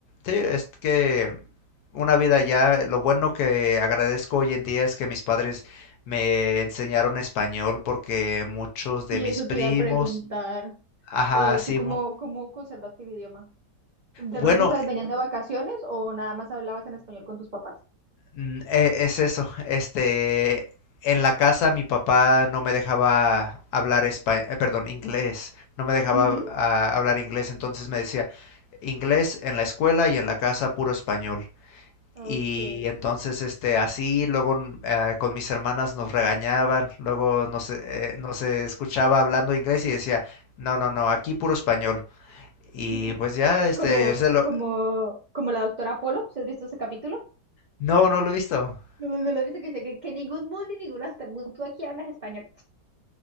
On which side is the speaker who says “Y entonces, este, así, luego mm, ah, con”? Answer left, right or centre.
Left